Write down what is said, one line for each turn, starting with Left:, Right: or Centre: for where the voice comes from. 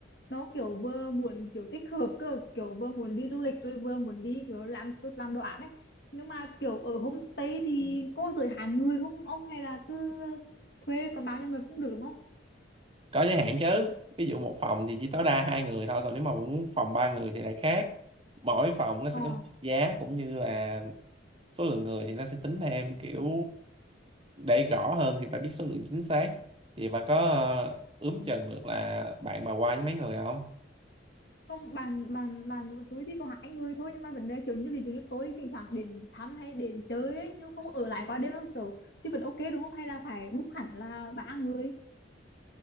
Left: nó kiểu vừa muốn kiểu tích hợp cơ kiểu vừa muốn đi du lịch rồi vừa muốn đi kiểu làm tốt làm đồ án ấy nhưng mà kiểu ở homestay thì có giới hạn người không ông hay là cứ thuê còn bao nhiêu người cũng được đúng không
Right: có giới hạn chứ ví dụ một phòng thì chỉ tối đa hai người thôi còn nếu mà muốn phòng ba người thì lại khác mỗi phòng nó sẽ
Left: ờ
Right: có mức giá cũng như là số lượng người thì nó sẽ tính thêm kiểu để rõ hơn thì phải biết số lượng chính xác thì bà có ờ, ướm chừng được là bạn bà qua với mấy người không
Left: không bàn bàn bàn với túi thì có hai người thôi nhưng mà vấn đề kiểu như ví dụ như tối thỉnh thoảng đến thăm hay đến chơi ấy nhưng không ở lại quá đêm nó kiểu thì vẫn ok đúng không hay là phải book hẳn là ba người